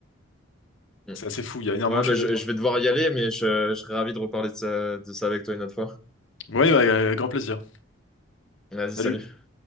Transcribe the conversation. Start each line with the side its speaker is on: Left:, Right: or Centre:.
Centre: Hmm.
Left: c'est assez fou. Il y a énormément
Centre: Ouais,
Left: de
Centre: bah,
Left: choses
Centre: je,
Left: à dire.
Centre: je vais devoir y aller, mais je, je serais ravi de reparler de ça, de ça avec toi une autre fois.
Left: Oui, bah, euh, grand plaisir.
Centre: Vas-y,
Left: Salut.
Centre: salut.